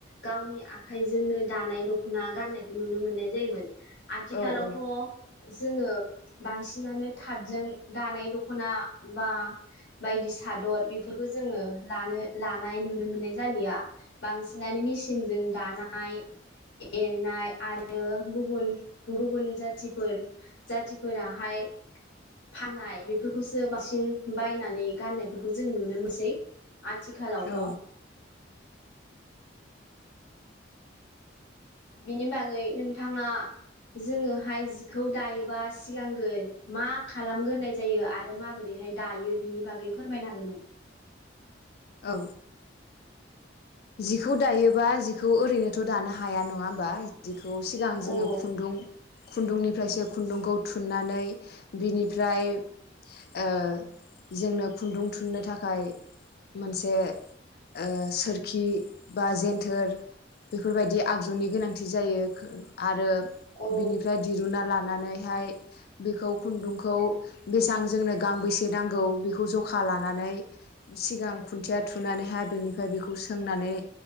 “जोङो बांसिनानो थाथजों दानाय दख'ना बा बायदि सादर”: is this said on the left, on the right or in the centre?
Left